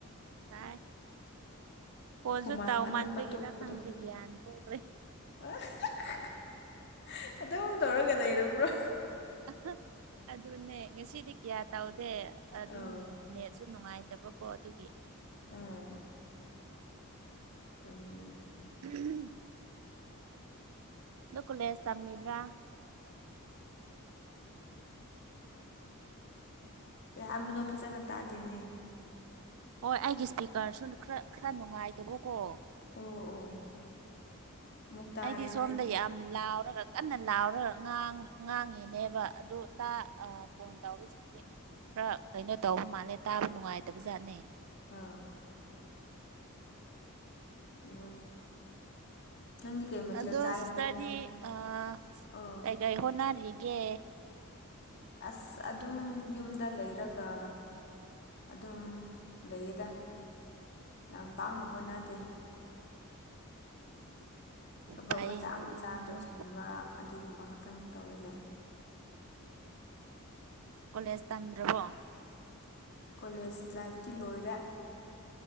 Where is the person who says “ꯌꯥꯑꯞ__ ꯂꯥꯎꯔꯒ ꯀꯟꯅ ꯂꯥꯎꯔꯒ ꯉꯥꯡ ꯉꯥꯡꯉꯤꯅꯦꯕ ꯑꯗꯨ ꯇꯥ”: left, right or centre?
Right